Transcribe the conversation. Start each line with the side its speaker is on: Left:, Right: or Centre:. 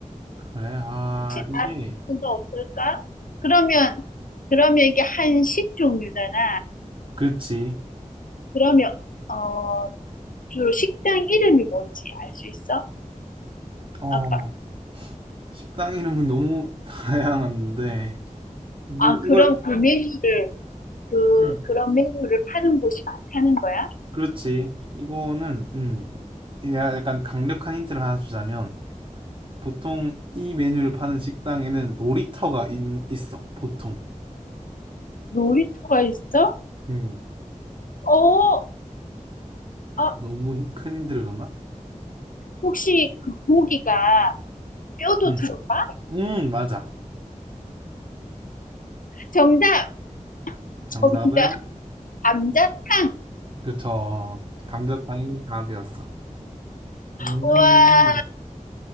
Right: 그래. 아,
Left: 혹시
Right: 이게
Left: 다른 분도 없을까? 그러면 그러면 이게 한식 종류잖아.
Right: 그렇지.
Left: 그러면 어 주로 식당 이름이 뭔지 알 수 있어?
Right: 어,
Left: 아까
Right: 식당 이름은 너무 <laughs> 다양한데 뭐
Left: 아 그럼
Right: 이걸
Left: 그 메뉴를 그
Right: 음,
Left: 그런 메뉴를 파는 곳이 많다는 거야?
Right: 그렇지. 이거는 음, 내가 약간 강력한 힌트를 하나 주자면 보통 이 메뉴를 파는 식당에는 놀이터가 있, 있어. 보통.
Left: 놀이터가 있어?
Right: 음.
Left: 어,
Right: 아,
Left: 아,
Right: 너무 큰 힌트를 줬나?
Left: 혹시 그 고기가 뼈도
Right: 음.
Left: 들어가?
Right: 음, 맞아.
Left: 정답,
Right: 정답은
Left: 정답, 감자탕.
Right: 그쵸. 감자탕이 답이었어. 음.
Left: 와.